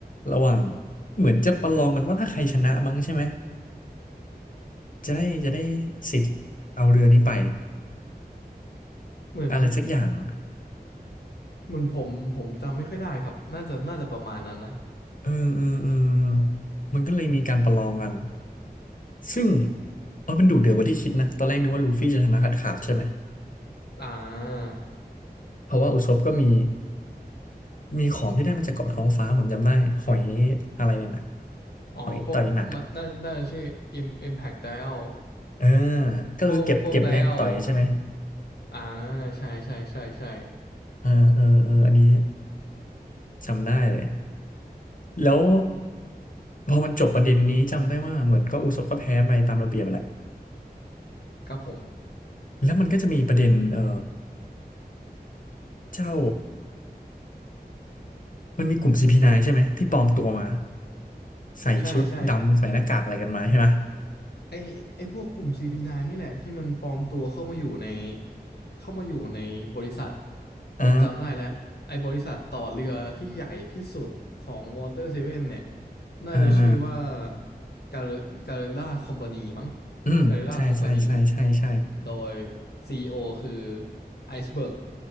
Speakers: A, on the left (about 55°); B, on the left (about 80°).
A: ระหว่างเหมือนจะประลองกันว่าถ้าใครชนะมั้งใช่ไหมจะได้จะได้สิทธิ์เอาเรือนี้ไป
B: เหมือน
A: อะไรสักอย่าง
B: เหมือนผมผมจำไม่ค่อยได้ครับน่าจะน่าจะประมาณนั้นนะ
A: เออเออเออเออมันก็เลยมีการประลองกันซึ่งเออมันดุเดือดกว่าที่คิดนะตอนแรกนึกว่าลูฟี่จะชนะขาดขาดใช่ไหม
B: อ่า
A: เพราะว่าอุซบก็มี มีของที่ได้มาจากเกาะท้องฟ้าผมจำได้หอยอะไรนั่นน่ะ
B: อ๋อพวกมันน่าน่าจะชื่อ
A: หอยต่อยหนักอะ
B: Im Impact Dial
A: เออก็คือเก็บเก็บแรงต่อยใช่ไหม
B: พวกพวก Dial อ่าใช่ใช่ใช่ใช่
A: เออเออเอออันนี้จำได้เลยแล้วพอมันจบประเด็นนี้จำได้ว่าเหมือนก็อุศบก็แพ้ไปตามระเบียบแหละ
B: ครับผม
A: แล้วมันก็จะมีประเด็นเออเจ้ามันมีกลุ่มซีพีไน p ์ใช่ไหมที่ปลอมตัวมาใส่ชุดดำใส่หน้ากากอะไรกันมาใช่ไหม
B: ใช่ใช่ไอ้ ไอไอพวกกลุ่ม CP9 นน์นี่แหละที่มันปลอมตัวเข้ามาอยู่ในเข้ามาอยู่ในบริษัท
A: อ่า
B: ผมจำได้แล้วไอบริษัทต่อเรือที่ใหญ่ที่สุดของ Water Seven เนี่ยน่าจะชื่อว่า
A: อ่าอ่า
B: Gar- Garilla Company มั้ง
A: อืมใช่ใช่ใช่ใช่ใช่
B: Garilla Company โดย CEO คือไอซ์เบิร์ก